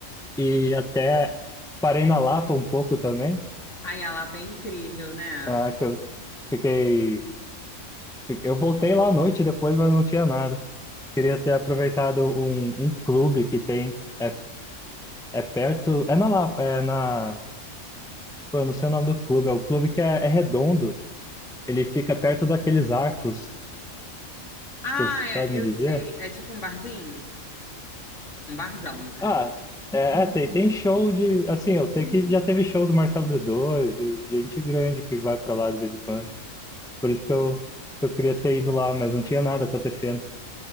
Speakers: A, in the centre; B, on the left.
A: E até parei na Lapa um pouco também,
B: Ai, a Lapa é incrível, né?
A: ah, que eu fiquei. fi- Eu voltei lá à noite depois, mas não tinha nada. Queria ter aproveitado um, um clube que tem. É, é perto. É na Lapa, é na. Pô, eu não sei o nome do clube. É o clube que é, é redondo. Ele fica perto daqueles arcos.
B: Ah,
A: Você
B: é,
A: sabe
B: eu
A: me dizer?
B: sei. É tipo um barzinho? Um barzão, no caso.
A: Ah, é, é, tem, tem show de. Assim, eu sei que já teve show do Marcelo D2, de de gente grande que vai pra lá de vez em quando. Por isso que eu, que eu queria ter ido lá, mas não tinha nada acontecendo.